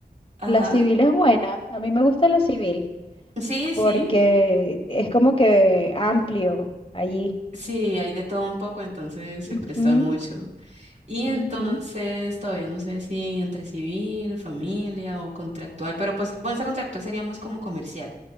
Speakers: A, on the right; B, on the left.
A: Ajá.
B: la civil es buena. A mí me gusta la civil
A: Sí, sí,
B: porque es como que amplio allí.
A: sí, hay de todo un poco, entonces se
B: Ujú,
A: presta mucho. Y
B: ujú.
A: entonces todavía no sé si entre civil, familia o contractual, pero pues, bueno, esa contractual sería más como comercial.